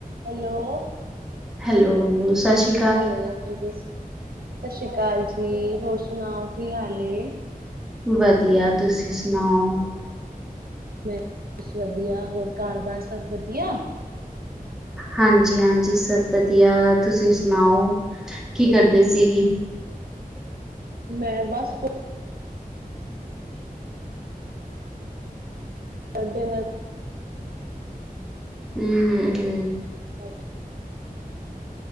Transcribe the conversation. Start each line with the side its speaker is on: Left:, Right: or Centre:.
Right: Hello.
Centre: Hello ਸਸ ਸ੍ਰੀ
Right: hello ਹਾਂਜੀ ਸ ਸਸ ਸ੍ਰੀ ਕਾਲ ਜੀ ਹੋਰ ਸੁਣਾਓ ਕੀ ਹਾਲ ਐ।
Centre: ਵਧੀਆ ਤੁਸੀਂ ਸੁਣਾਓ।
Right: ਮੈਂ ਬਸ ਵਧੀਆ, ਹੋਰ ਕਾਰ ਬਾਰ ਸਭ ਵਧੀਆ?
Centre: ਹਾਂਜੀ-ਹਾਂਜੀ ਸਭ ਵਧੀਆ, ਤੁਸੀਂ ਸੁਣਾਓ ਕੀ ਕਰਦੇ ਸੀ।
Right: ਮੈਂ ਬਸ ਕੁਛ ਟੁਡੇ ਨਾਲ
Centre: ਹੂੰ-ਹੂੰ, ਹੂੰ
Right: <inaudible>